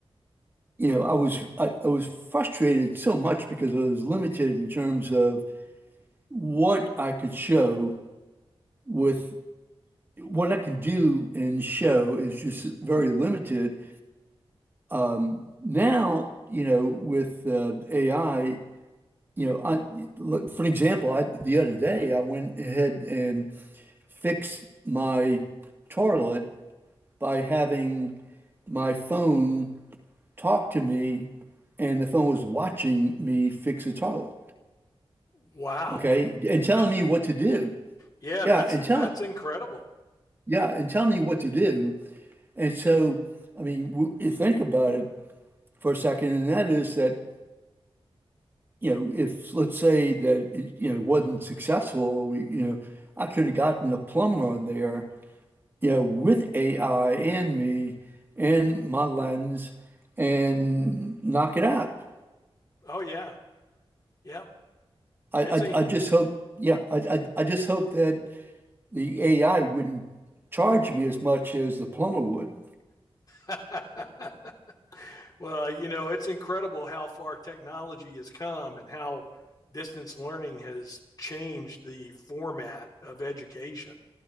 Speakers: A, on the right; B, on the left.
A: you know, I was I, I was frustrated so much because I was limited in terms of what I could show with what I can do and show is just very limited. Um, now, you know, with uh, AI, you know, I look, for an example, I the other day I went ahead and fixed my toilet by having my phone talked to me and the phone was watching me fix a toilet.
B: Wow.
A: Okay. And telling
B: <laughs>
A: me what to do.
B: yeah,
A: Yeah.
B: that's
A: And tell,
B: that's incredible.
A: yeah. And tell me what to do. And so, I mean, w- you think about it for a second, and that is that, you know, if let's say that it, you know, wasn't successful, or we, you know, I could have gotten a plumber on there, you know, with AI and me and my lens and knock it out.
B: Oh yeah. Yep.
A: I
B: It's
A: I I just hope, yeah, I I I just hope that the AI wouldn't charge me as much as the plumber would.
B: a <laughs> Well, you know, it's incredible how far technology has come and how distance learning has changed the format of education.